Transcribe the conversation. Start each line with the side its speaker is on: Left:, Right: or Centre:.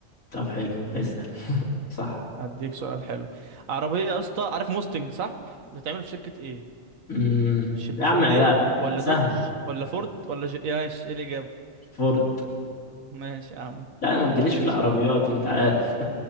Left: طب حلو اسال <laughs> صح
Right: هديك سؤال حلو عربيه يا اسطى عارف موستنج صح بتتعمل في شركه ايه
Left: امم
Right: شيفروليه
Left: يا عم لا
Right: ولا
Left: سهل
Right: دوج ولا فورد ولا جي يا ماشي ايه الاجابه
Left: فورد
Right: ماشي يا عم
Left: لا ما تجيليش
Right: اديني
Left: في العربيات
Right: سؤال
Left: انت عارف